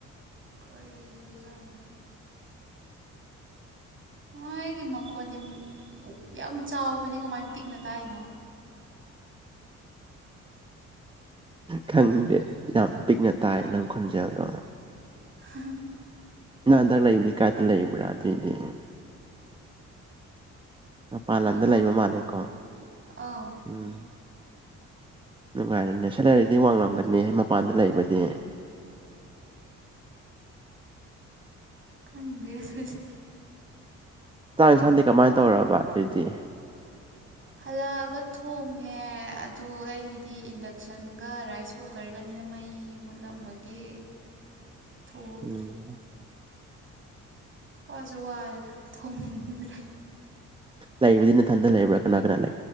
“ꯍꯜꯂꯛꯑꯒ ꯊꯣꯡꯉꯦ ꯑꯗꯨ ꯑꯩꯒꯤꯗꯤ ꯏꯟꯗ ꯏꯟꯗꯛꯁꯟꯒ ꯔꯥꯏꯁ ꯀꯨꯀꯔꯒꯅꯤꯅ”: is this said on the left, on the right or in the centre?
Right